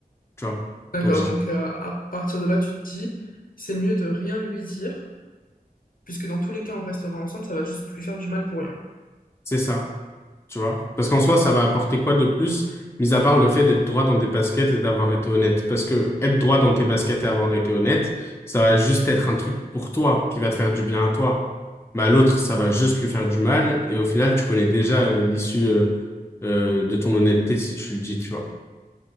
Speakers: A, on the left; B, on the left.
A: Tu vois?
B: D'accord,
A: Donc, j'ai-
B: donc euh, à partir de là, tu te dis, c'est mieux de rien lui dire, puisque dans tous les cas, on restera ensemble, ça va juste lui faire du mal pour rien.
A: c'est ça. tu vois. Parce qu'en soi, ça va apporter quoi de plus, mis à part le fait d'être droit dans tes baskets et d'avoir été honnête. Parce que être droit dans tes baskets et avoir été honnête, ça va juste être un truc pour toi, qui va te faire du bien à toi. Mais à l'autre, ça va juste lui faire du mal. Et au final, tu connais déjà euh, l'issue euh, euh, de ton honnêteté si tu le dis, tu vois.